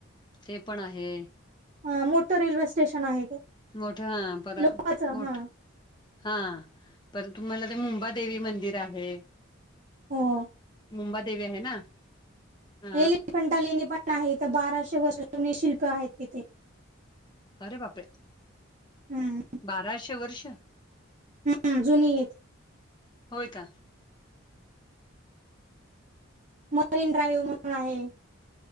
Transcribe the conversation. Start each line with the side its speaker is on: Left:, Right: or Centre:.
Left: ते पण आहे
Right: ह मोठं रेल्वे स्टेशन आहे ते
Left: मोठ हा पर
Right: लोकांच
Left: मोठ
Right: हा
Left: हा पर तुम्हाला ते मुंबई देवी मंदिर आहे.
Right: हो
Left: मुंबादेवी आहे ना अ
Right: हे लेखंटा लेणी पण आहे तर बाराशे वर्षुनी शिल्प आहेत तिथे
Left: अरे बापे
Right: हम्म
Left: बाराशे वर्ष
Right: हा जुनी येत
Left: होय का
Right: मरीन ड्राईव्ह म्हणून आहे